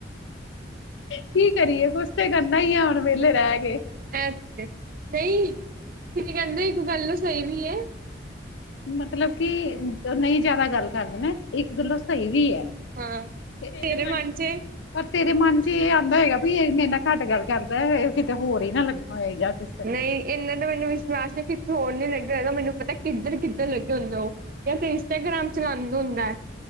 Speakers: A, on the left; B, on the right.
A: ਕੀ ਕਰੀਏ ਕੁਛ ਤੇ ਕਰਨਾ ਹੀ ਆ ਹੁਣ ਵਿਹਲੇ ਰਹਿ ਕੇ
B: ਐਸ ਨਹੀਂ ਤੁਸੀਂ ਕੀ ਕਹਿੰਦੇ ਇੱਕ ਗੱਲ ਸਹੀ ਵੀ ਹੈ।
A: ਮਤਲਬ ਕਿ ਨਹੀਂ ਜਿਆਦਾ ਗੱਲ ਕਰਦੇਣਾ ਇੱਕ ਗਲੋਂ ਸਹੀ ਵੀ ਹੈ।
B: ਹਾਂ
A: ਪਰ
B: ਤੇਰੇ ਮਨ ਚ
A: ਤੇਰੇ ਮਨ ਚ ਇਹ ਆਉਂਦਾ ਹੋਏਗਾ ਵੀ ਮੇਰੇ ਨਾ ਘੱਟ ਗੱਲ ਕਰ ਇਹ ਕਿਤੇ ਹੋਰ ਹੀ ਨਾ ਲੱਗਾ ਹੋਏ ਜਾ ਕਿਸੇ
B: ਨਹੀਂ ਇਹੰਨਾ ਤਾ ਮੈਨੂੰ ਵਿਸ਼ਵਾਸ ਹੈ ਕਿ ਹੋਰ ਨੀ ਲੱਗਿਆ ਹੈਗਾ ਮੈਨੂੰ ਪਤਾ ਕਿੱਧਰ ਕਿੱਧਰ ਲੱਗਿਆ ਹੁੰਦਾ ਉਹ ਜਾਂ ਫਿਰ ਇੰਸਟਾਗ੍ਰਾਮ ਚਲੰਦੇ ਹੁੰਦਾ।